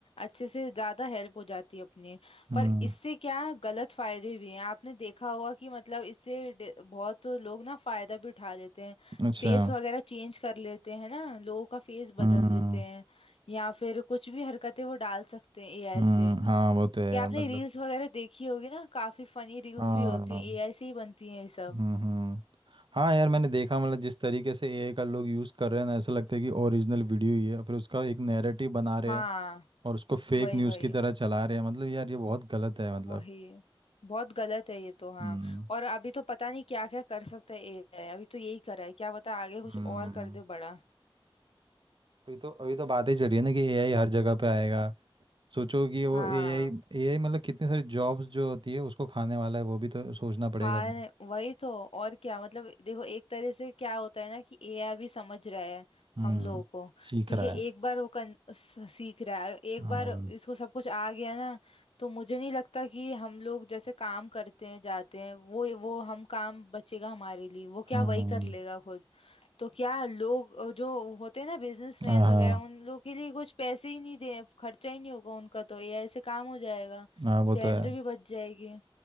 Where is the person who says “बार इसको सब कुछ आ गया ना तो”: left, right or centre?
Left